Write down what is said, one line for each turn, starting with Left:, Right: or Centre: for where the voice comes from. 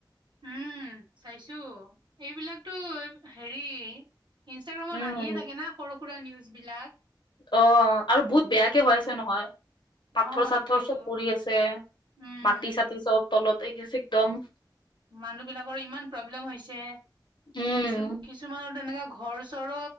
Right: উম চাইছো এইবিলাকতো হেৰি। ইনষ্টাগ্ৰামত
Left: উম,
Right: আহিয়ে থাকে না সৰু সুৰা নিউজ। বিলাক
Left: অ আৰু বহুত বেয়াকে
Right: উম
Left: হৈ আছে নহয়। পাথৰ
Right: অ
Left: চাথৰ
Right: সেইটোয়েতো
Left: চব পৰি আছে
Right: উম
Left: মাটি চাটি চব তলত আহ গ আছে একদম।
Right: মানুহ বিলাকৰ ইমান প্ৰব্লেম হৈছে
Left: উম।
Right: কিছু কিছুমানৰ তেনেকুৱা। ঘৰ চৰৰ